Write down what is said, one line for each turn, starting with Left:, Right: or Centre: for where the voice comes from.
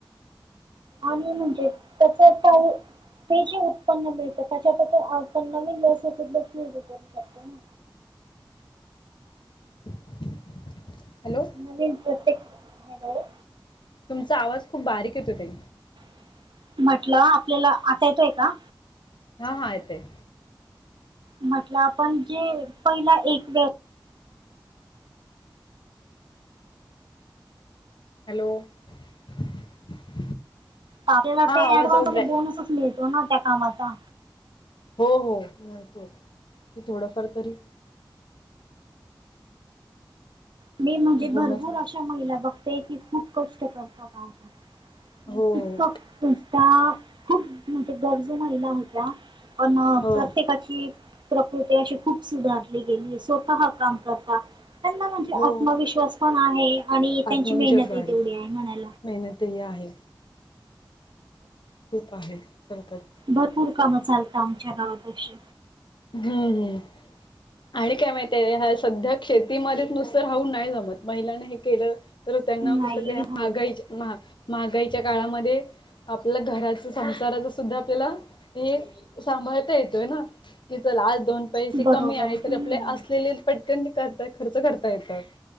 Right: आणि म्हणजे <unintelligible> ते जे उत्पन्न मिळत. त्याच्यात आपण नवीन <unintelligible> करू शकतो ना
Left: <inaudible> हॅलो.
Right: नवीन प्रत्येक, हॅलो.
Left: तुमचा आवाज, खूप बारीक येतोय ताई.
Right: <inaudible> म्हटलं, आपल्याला. आता येतोय का?
Left: हा, येतय.
Right: म्हटलं. आपण जे पहिला एक व
Left: <inaudible> हॅलो <unintelligible>
Right: आपल्याला ते
Left: आवाज
Right: ऍडव्हान्स
Left: अहो
Right: मधे
Left: ब्रे
Right: बोनसच मिळतो ना, त्या कामाचा.
Left: हो, हो, मिळतो. की थोडंफार तरी
Right: मी म्हणजे, भरपूर
Left: बोनस मिळतो
Right: अशा महिला बघतेय की खूप कष्ट करतात आता.
Left: हो
Right: तितकं <unintelligible> त्या, खूप म्हणजे गरजू महिला होत्या. पण
Left: हो
Right: प्रत्येकाची
Left: हो
Right: प्रकृती अशी खूप सुधारली गेली. स्वतः काम करता. त्यांना म्हणजे आत्मविश्वास
Left: हो
Right: पण आहे. आणि त्यांची
Left: आत्मविश्वास
Right: मेहनतही
Left: वाढला
Right: तेवढी आहे म्हणायला.
Left: मेहनतही आहे खूप आहे. <unintelligible>
Right: भरपूर काम चालता. आमच्या गावात अशी.
Left: हम्म, ह्. आणि काय माहितय, ह सध्या शेतीध्येत नुसतं राहून नाही जमत. महिलांने हे केलं तर त्यांना
Right: नाही
Left: कस,
Right: हो.
Left: महागाई, महा, महागाईच्या काळामध्ये आपल्या घराच, संसाराच सुद्धा, आपल्याला हे सांभाळता येतोय ना? की चला, आज दोन पैसे
Right: बरोबर
Left: कमी आहे
Right: हम्म
Left: तर, आपले असलेले पटकन ते करता खर्च करता येतात.